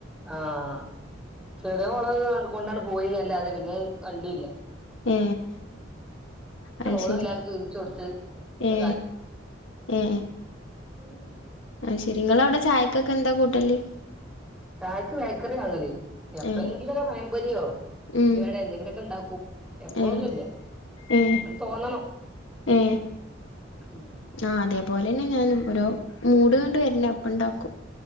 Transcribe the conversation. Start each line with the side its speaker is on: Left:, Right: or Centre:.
Centre: ആഹ് ചെറിയവോൾ കൊണ്ടാണ്ട് പോയി അല്ലാതെ പിന്നെ കണ്ടില്ല
Left: ഏ അത്
Centre: ഓള്
Left: ശരി
Centre: എല്ലാർക്കും വീതിച്ചു കൊടുത്ത് അത്
Left: ഏ ഏ
Centre: ഉം
Left: ശെരി നിങ്ങളവിടെ ചായക്കൊക്കെ എന്താ കൂട്ടല്
Centre: ചായക്ക് ബേക്കറ്യാ ആങ്ങല് എപ്പളെങ്കിലൊരു
Left: ഏ
Centre: പയം പൊരി യോ
Left: ഉം
Centre: ഉള്ളി വടയോ എന്തെങ്കിലൊക്കെ ഉണ്ടാക്കും എപ്പഴൊന്നുംല്ല
Left: ഏ ഏ
Centre: അത് തോന്നണം
Left: ഏ
Centre: ഉം
Left: ആ അതേപോലെന്നെ ഞാനും ഓരോ മൂഡ്
Centre: ഉം
Left: ങ്ങട് വരണം അപ്പണ്ടാക്കും